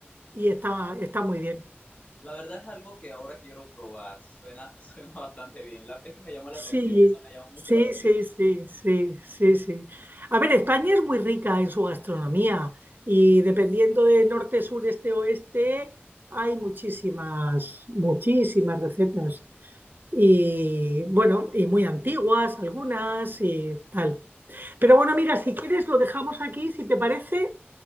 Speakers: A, on the right; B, on the left.
A: y está, está muy bien.
B: La verdad es algo que ahora quiero probar. Suena, <laughs> suena bastante bien. La, es que me llamó la
A: Sí,
B: atención, eso me llamó mucho
A: sí,
B: la atención.
A: sí, sí, sí, sí, sí. A ver, España es muy rica en su gastronomía y dependiendo de norte, sur, este, oeste, hay muchísimas, muchísimas recetas. Y bueno, y muy antiguas algunas y tal. Pero bueno, mira, si quieres lo dejamos aquí, si te parece,